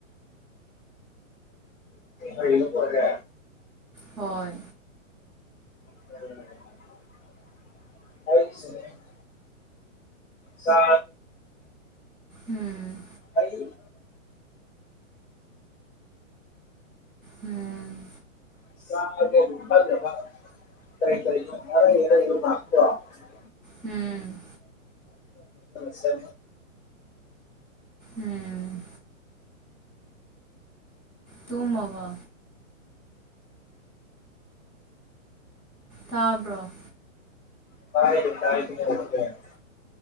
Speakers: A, on the left; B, in the centre.
A: ꯔꯦ
B: ꯍꯣꯏ
A: ꯍ ꯆ
B: ꯎꯝ
A: ꯑꯩ
B: ꯎꯝ
A: ꯔ
B: ꯎꯝ
A: ꯆ
B: ꯎꯝ ꯇꯨꯝꯃꯕ ꯊꯥꯕ꯭ꯔꯣ
A: ꯀꯥꯏꯥꯏꯦ